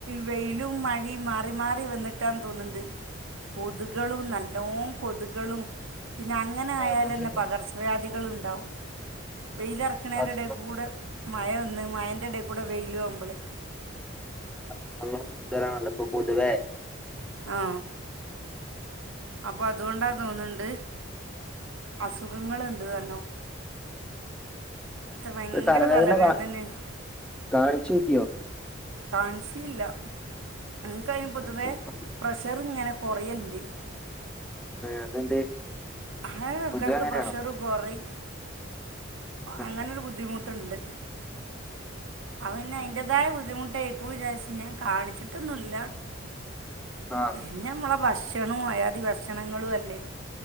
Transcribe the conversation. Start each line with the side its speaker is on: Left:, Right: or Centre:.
Right: വെയിലും, മഴയും മാറി മാറി വന്നിട്ടാന്ന് തോന്ന്ണ്ട് കൊതുകളും നല്ലോ കൊതുകളും പിന്നെ അ അങ്ങനെ ആയാലല്ലേ
Centre: അത് ശരിയാണ്
Right: പകർച്ച വ്യാ കുട്ടികളുണ്ടാവും വെയിലറക്ക്ണേന്റെ
Centre: അസുഖം
Right: എടെ കൂടെ മഴ ഒന്ന് മഴന്റെ എടെ കൂടെ വെയിലു ആവുമ്പളെ
Centre: അസുഖങ്ങൾ കൂടുതലാണല്ലോ ഇപ്പൊ പൊതുവെ
Right: ആ അപ്പൊ അതുകൊണ്ടാ തോന്ന്ണ്ട് അസുഖങ്ങളുണ്ട് ത ഇത് ഭയങ്കര
Centre: ഒരു തലവേദന
Right: തലവേദനയും
Centre: കാ കാണിച്ചു നോക്കിയോ?
Right: കാണിച്ചില്ല. എനിക്കയിന് പൊതുവേ
Centre: നമുക്ക് നോക്കാം.
Right: പ്രഷർ ഇങ്ങനെ കുറയൽണ്ട്.
Centre: ഹേ അതെന്തേ?
Right: ആഹ് ഇടക്കിടക്ക്
Centre: പൊതുവെ അങ്ങനെയാണോ
Right: പ്രഷർ കൊറിം
Centre: ആ
Right: അങ്ങനൊരു ബുദ്ധിമുട്ടുണ്ട്. അത് പിന്നെ അയിന്റതായ ബുദ്ധിമുട്ടക്കു വിചാരിച്ചു ഞാൻ കാണിച്ചിട്ടൊന്നുല്ല
Centre: ആ
Right: പിന്നെ നമ്മളെ ഭക്ഷ ഷണൂ അയാ തി ഭക്ഷണങ്ങളും അല്ലേ